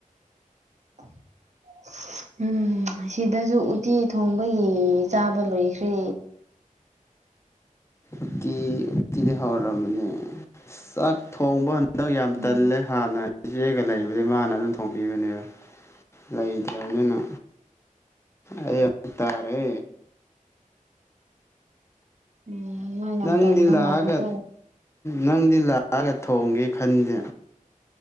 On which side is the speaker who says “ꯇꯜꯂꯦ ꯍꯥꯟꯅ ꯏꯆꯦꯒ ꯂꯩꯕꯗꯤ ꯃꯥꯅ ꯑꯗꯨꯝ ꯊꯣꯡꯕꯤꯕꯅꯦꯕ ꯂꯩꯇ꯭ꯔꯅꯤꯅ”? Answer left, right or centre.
Left